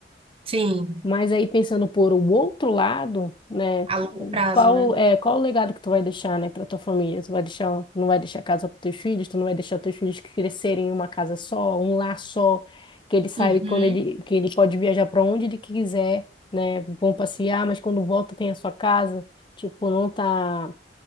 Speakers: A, on the right; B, on the left.
A: sim,
B: Mas aí pensando por o outro lado, né,
A: a longo prazo,
B: qual
A: né?
B: é qual o legado que tu vai deixar, né, para tua família? Tu vai deixar, não vai deixar casa para teus filhos, tu não vai deixar teus filhos crescerem em uma casa só, um lar só, que ele saiba
A: Uhum,
B: que quando ele que ele pode viajar para onde ele quiser, né, vão passear, mas quando volta tem a sua casa, tipo, não tá